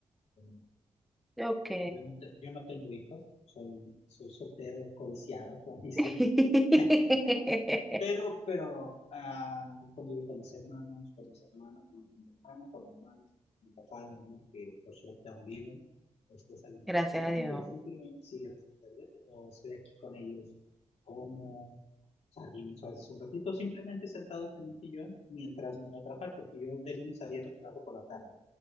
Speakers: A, on the left; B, in the centre.
A: eh,
B: Ok.
A: yo no, te- yo no tengo hijos, soy, soy soltero, codiciado, como dicen.
B: <laughs>
A: <laughs> Pero, pero ah, convivo con mis hermanos, con mis hermanos, con mi hermano, con mi hermana, mi papá, mi mamá, que por suerte aún viven. Después salimos
B: Gracias
A: a comer
B: a Dios.
A: o simplemente sí, gracias a Dios, O estoy aquí con ellos, como salimos a veces un ratito, simplemente sentados en un sillón mientras me voy a trabajar, porque yo de lunes a viernes trabajo por la tarde.